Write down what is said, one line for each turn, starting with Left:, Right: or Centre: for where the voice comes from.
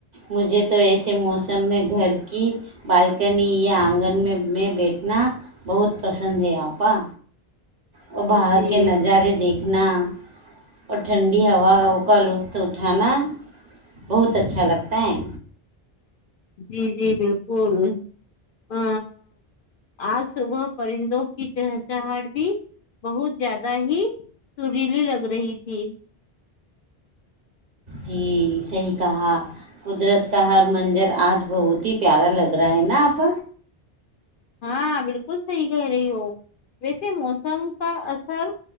Right: مجھے تو ایسے موسم میں گھر کی بالکنی یا آنگن میں میں بیٹھنا بہت پسند ہے آپ کا وہ باہر
Left: جی جی
Right: کے نظارے دیکھے اھنا اور ٹھنڈی ہوا کا لطف اٹھانا بہت اچھا لگتا ہے
Left: جی جی بالکل ا آج صبح پرندوں کی چہچہاٹ بھی بہت زیادہ ہی سریلی لگ رہی تھی
Right: جی صحیح کہا قدرت کا ہر منظر آج بہت ہی پیارا لگ رہا ہے نا آپ
Left: ہاں بالکل صحیح کہہ رہی ہو ویسے موسم کا اثر